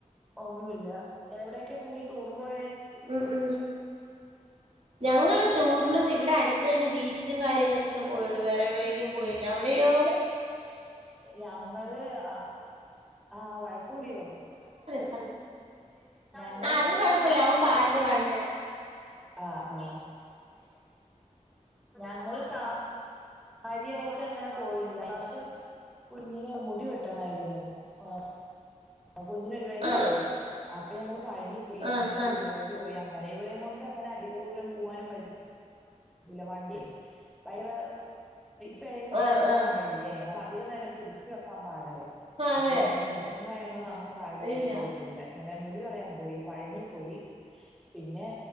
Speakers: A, in the centre; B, on the right (about 50°).
A: ഒന്നുല്ല എവിടെക്കെ നിങ്ങള്ൾ ടൂറ് പോയെ.
B: ഉം ഉം ഞങ്ങള് ടൂറിനും ഇവിടെ അടുത്തന്നെ ബീച്ചിലും കാര്യങ്ങൾക്കൊക്കെ പോയുള്ളൂ വേറെ എവിടേക്കും പോയില്ല അവിടെ യോ.
A: ഞങ്ങള് ആ ആ വഴക്കൂടിയോ?
B: പറ
A: ഞങ്ങള്
B: ആ അത് കൊഴപ്പില്ല അവൻ പാട്ട് പാട്ണയാ
A: ആ ആ ഞങ്ങള് കാ ര്യയായിട്ട് അങ്ങനെ പോയില്ല പ്രാശ്യം കുഞ്ഞിനെ ടി വെട്ടണായിരുന്നു ആ ആ കുഞ്ഞിനൊരു വയസായി
B: ആ
A: അപ്പൊ ഞങ്ങള് പഴനി പോയി
B: ആ
A: പിന്നെ
B: ആ ആ
A: ഗുരുവായൂര് പോയി അങ്ങനെ ഇവളേം കൊണ്ട് അങ്ങനെ അധിക ദൂരം പോവാനും പറ്റു ല്ല വണ്ടി പയ്ങ്കര പെഴഞ്ഞ്
B: ആ
A: ക്കേണ്ട പ്രായല്ലേ
B: ആ
A: പ്പ അധിക നേരം പിടിച്ച് വെക്കാൻ പാടല്ലേ
B: അതെ
A: അപ്പൊ കാരണം ട്രിപ്പൊ ന്ന്വങ്ങനെ കാര്യയിട്ട്
B: ഇല്ല
A: പോവല് <unintelligible> അങ്ങനെ മുടികളയാൻ പോയി പഴനി പോയി പിന്നെ